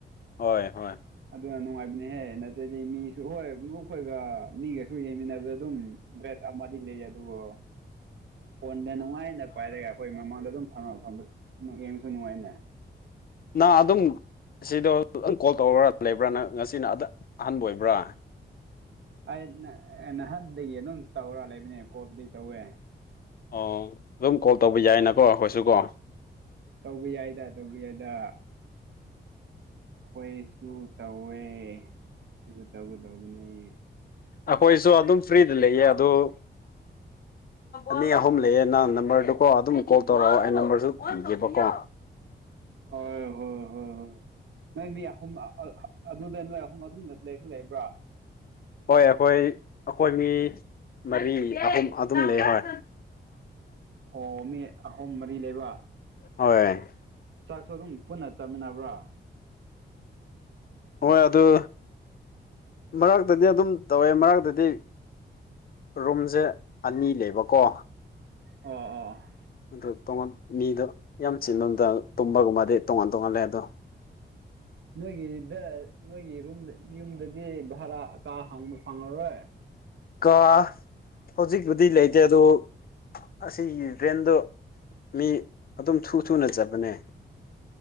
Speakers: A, on the left; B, on the right.
A: ꯍꯣꯏ ꯍꯣꯏ
B: ꯑꯗꯨꯅ ꯅꯨꯡꯉꯥꯏꯕꯅꯤꯍꯦ ꯅꯠꯇ꯭ꯔꯗꯤ ꯃꯤꯁꯨ ꯍꯣꯏ ꯃꯔꯨꯞ ꯑꯩꯈꯣꯏꯒ ꯃꯤꯒꯁꯨ ꯌꯦꯡꯃꯤꯟꯅꯕꯗ ꯑꯗꯨꯝ ꯗ꯭ꯔꯦꯁ ꯑꯃꯗꯤ ꯂꯩ ꯑꯗꯨꯕꯨ
A: UNINTELLIGIBLE
B: ꯐꯣꯟꯗ ꯅꯨꯡꯉꯥꯏꯅ ꯄꯥꯏꯔꯒ ꯑꯩꯈꯣꯏ ꯃꯃꯥꯡꯗ ꯑꯗꯨꯝ ꯐ ꯌꯦꯡꯉꯁꯨ ꯅꯨꯡꯉꯥꯏꯅꯦ
A: ꯅꯪ ꯑꯗꯨꯝ ꯁꯤꯗꯣ ꯀꯣꯜ ꯇꯧꯔꯒ ꯂꯩꯕ꯭ꯔꯥ ꯅꯪ ꯉꯁꯤꯅ ꯑꯗ ꯑꯍꯥꯟꯕ ꯑꯣꯏꯕ꯭ꯔꯥ
B: ꯑꯩ ꯅꯍꯥꯟꯗꯒꯤ ꯑꯗꯨꯝ ꯇꯧꯔ ꯂꯩꯕꯅꯦ ꯀꯣꯜꯕꯨꯗꯤ ꯇꯧꯋꯦ
A: ꯑꯣ ꯑꯗꯨꯝ ꯀꯣꯜ ꯇꯧꯕ ꯌꯥꯏꯅꯀꯣ ꯑꯩꯈꯣꯏꯁꯨ ꯀꯣ
B: ꯇꯧꯕ ꯌꯥꯏꯗ ꯇꯧꯕ ꯌꯥꯏꯗ ꯑꯩꯈꯣꯏꯁꯨ ꯇꯧꯋꯦ ꯑꯩꯁꯨ ꯇꯧꯒꯗꯧꯕꯅꯤ
A: ꯑꯩꯈꯣꯏꯁꯨ ꯑꯗꯨꯝ ꯐ꯭ꯔꯤꯗ ꯂꯩꯌꯦ ꯑꯗꯨ ꯑꯅꯤ ꯑꯍꯨꯝ ꯂꯩꯌꯦ ꯅꯪ ꯅꯝꯕꯔꯗꯨꯀꯣ ꯑꯗꯨꯝ ꯀꯣꯜ ꯇꯧꯔꯛꯑꯣ ꯑꯩ ꯅꯝꯕꯔꯁꯨ ꯄꯤꯒꯦꯕꯀꯣ
B: ꯍꯣꯏ ꯍꯣꯏ ꯍꯣꯏ ꯍꯣꯏ ꯅꯣꯏ ꯃꯤ ꯑꯍꯨꯝ ꯑꯗꯨꯗ ꯅꯣꯏ ꯑꯍꯨꯝ ꯑꯗꯨꯝ ꯂꯩꯁꯨ ꯂꯩꯕ꯭ꯔꯥ
A: ꯍꯣꯏ ꯑꯩꯈꯣꯏ ꯑꯩꯈꯣꯏ ꯃꯤ ꯃꯔꯤ ꯑꯍꯨꯝ ꯑꯗꯨꯝ ꯂꯩ ꯍꯣꯏ
B: ꯑꯣ ꯃꯤ ꯑꯍꯨꯝ ꯃꯔꯤ ꯂꯩꯕ
A: ꯍꯣꯏ
B: ꯆꯥꯛꯁꯨ ꯑꯗꯨꯝ ꯄꯨꯟꯅ ꯆꯥꯃꯤꯟꯅꯕ꯭ꯔꯥ
A: ꯍꯣꯏ ꯑꯗꯨ ꯃꯔꯛꯇꯗꯤ ꯑꯗꯨꯝ ꯇꯧꯋꯦ ꯃꯔꯛꯇꯗꯤ ꯔꯨꯝꯁꯦ ꯑꯅꯤ ꯂꯩꯕꯀꯣ
B: ꯑꯣ ꯑꯣ
A: ꯑꯗꯨ ꯇꯣꯉꯥꯟ ꯃꯤꯗꯣ ꯌꯥꯝ ꯆꯤꯟꯂꯣꯝꯗ ꯇꯨꯝꯕꯒꯨꯝꯕꯗꯤ ꯇꯣꯉꯥꯟ ꯇꯣꯉꯜꯂꯦ ꯑꯗꯣ
B: ꯅꯣꯏꯒꯤꯗ ꯅꯣꯏꯒꯤ ꯔꯨꯝ ꯌꯨꯝꯗꯗꯤ ꯚꯔꯥ ꯀꯥ ꯍꯪꯕ ꯐꯪꯉꯔꯣꯏ
A: ꯀ ꯍꯧꯖꯤꯛꯕꯨꯨꯗꯤ ꯂꯩꯇꯦ ꯑꯗꯨ ꯑꯁꯤꯒꯤ ꯔ꯭ꯔꯦꯟꯗꯣ ꯃꯤ ꯑꯗꯨꯝ ꯊꯨ ꯊꯨꯅ ꯆꯠꯄꯅꯦ